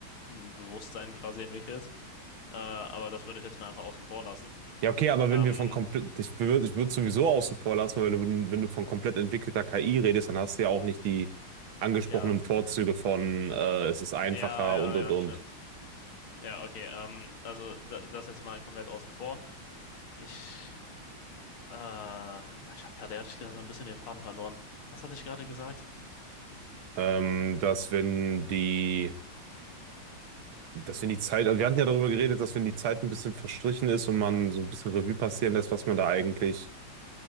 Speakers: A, on the left; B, on the right.
A: ein Bewusstsein quasi entwickelt. Äh, aber das würde ich jetzt mal einfach außen vor lassen.
B: Ja, okay, aber wenn
A: Ähm,
B: wir von komplett, ich würde ich würd sowieso außen vor lassen, weil wenn, wenn du von komplett entwickelter KI redest, dann hast du ja auch nicht die angesprochenen
A: ja,
B: Vorzüge von äh, es ist einfacher
A: ja, ja,
B: und und
A: ja,
B: und.
A: stimmt. Ja, okay. Ähm, also da, das jetzt mal komplett außen vor. Ich, äh, ah, ich habe gerade ehrlich gesagt so ein bisschen den Faden verloren. Was hatte ich gerade gesagt?
B: Ähm, dass wenn die, dass wenn die Zeit, also wir hatten ja darüber geredet, dass wenn die Zeit ein bisschen verstrichen ist und man so ein bisschen Revue passieren lässt, was man da eigentlich